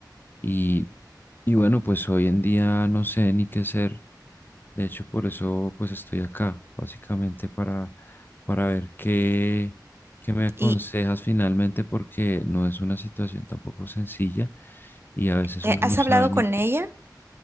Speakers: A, on the left (about 30°); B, on the right (about 30°).
A: Y, y bueno, pues hoy en día no sé ni qué hacer De hecho, por eso pues estoy acá, básicamente para, para ver qué, qué me aconsejas
B: ¿Y
A: finalmente, porque no es una situación tampoco sencilla y a veces
B: eh,
A: uno
B: has
A: no
B: hablado
A: sabe ni
B: con
A: qué.
B: ella?